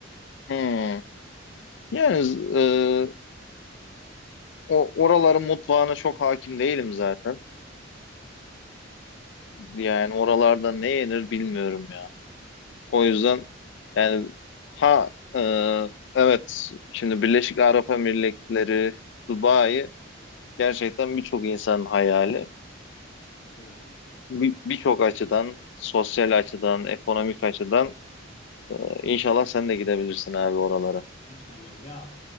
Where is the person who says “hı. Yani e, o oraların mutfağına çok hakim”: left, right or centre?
Left